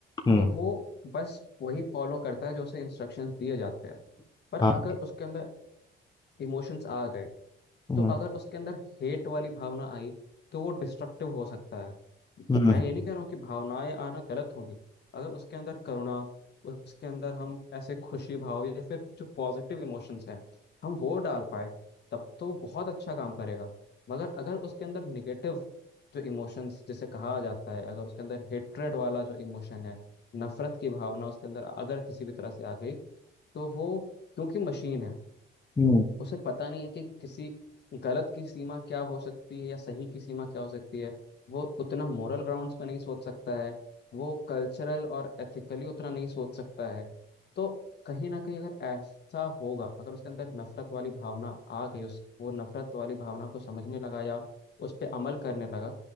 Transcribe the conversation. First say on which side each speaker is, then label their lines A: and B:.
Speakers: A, on the left (about 20°); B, on the left (about 55°).
A: हम्म
B: तो वो बस वही फॉलो करता है जो उसे इंस्ट्रक्शंस दिए जाते हैं पर
A: हाँ
B: अगर उसके अंदर इमोशंस आ गए
A: हम्म
B: तो अगर उसके अंदर हेट वाली भावना आई तो वो डिस्ट्रक्टिव हो सकता है
A: हम्म
B: मैं ये नहीं कह रहा हूँ कि भावनाएं आना गलत होंगी अगर उसके अंदर करुणा उसके अंदर हम ऐसे खुशी भाव या फिर जो पॉजिटिव इमोशंस हैं हम वो डाल पाए तब तो वो बहुत अच्छा काम करेगा मगर अगर उसके अंदर निगेटिव जो इमोशंस जिसे कहा जाता है अगर उसके अंदर हेट्रेड वाला जो इमोशन है नफरत की भावना उसके अंदर अगर किसी भी तरह से आ गई तो वो क्योंकि मशीन है
A: हम्म,
B: उसे पता नहीं है कि किसी गलत की सीमा क्या हो सकती है या सही की सीमा क्या हो सकती है वो उतना मोरल ग्राउंड्स पे नहीं सोच सकता है वो कल्चरल और एथिकली उतना नहीं सोच सकता है तो कहीं ना कहीं अगर ऐसा होगा अगर उसके अंदर नफरत वाली भावना आ गई उस वो नफरत वाली भावना को समझने लगा या उस पर अमल करने लगा